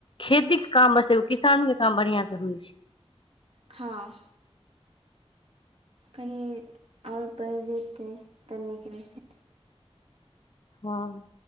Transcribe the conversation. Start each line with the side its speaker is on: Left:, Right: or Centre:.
Left: खेतीक के काम, बस एगो किसान के काम बढ़ियां से होइ छै।
Right: हाँ। कनि आओर पड़ि जेतै तऽ, नीक रहितै।
Left: हाँ।